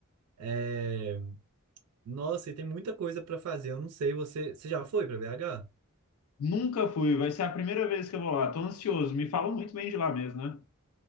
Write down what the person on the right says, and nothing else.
É... Nossa, e tem muita coisa pra fazer. Eu não sei, você, você já foi pra BH?